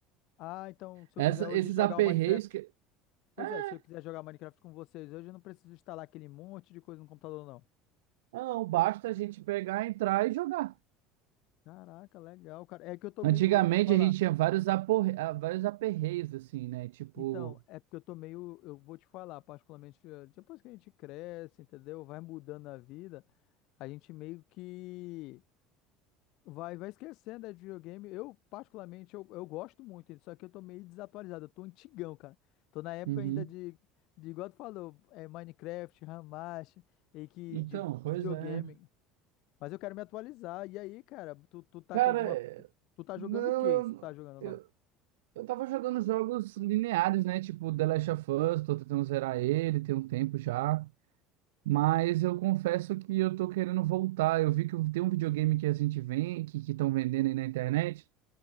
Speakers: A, on the left; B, on the right.
A: Ah, então se eu
B: Essa,
A: quiser hoje
B: esses
A: jogar
B: aperreios
A: o Minecraft
B: que
A: Pois
B: é,
A: é, se eu quiser jogar Minecraft com vocês hoje, eu não preciso instalar aquele monte de coisa no computador, não.
B: não, basta a gente pegar, entrar e jogar.
A: Caraca, legal, cara. É que eu tô
B: Antigamente
A: meio, vou te falar.
B: a gente tinha vários aporre... ah, vários aperreios assim, né? Tipo,
A: Então, é porque eu tô meio, eu vou te falar, particularmente, eh, depois que a gente cresce, entendeu? Vai mudando a vida, a gente meio que vai, vai esquecendo né, de videogame. Eu, particularmente, eu, eu gosto muito, só que eu tô meio desatualizado, eu tô antigão, cara. Tô na época
B: uhum.
A: ainda de, de igual tu falou, é Minecraft, Hamashi, e que
B: Então,
A: de
B: pois
A: videogame.
B: é.
A: Mas eu quero me atualizar. E aí, cara, tu, tu tá
B: Cara,
A: com alguma. Tu, tu tá
B: Não,
A: jogando o quê?
B: eu,
A: Se tu tá jogando ou não?
B: eu, eu tava jogando jogos lineares, né? Tipo The Last of Us, tô tentando zerar ele, tem um tempo já. Mas eu confesso que eu tô querendo voltar. Eu vi que tem um videogame que a gente vem, que que estão vendendo aí na internet,